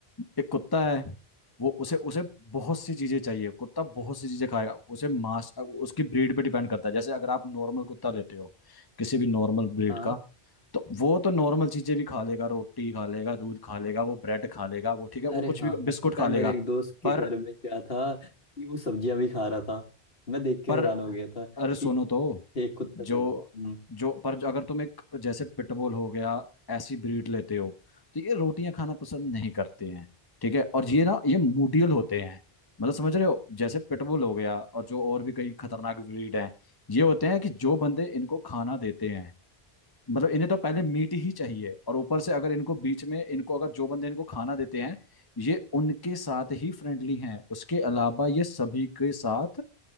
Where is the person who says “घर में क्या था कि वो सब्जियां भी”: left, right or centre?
Left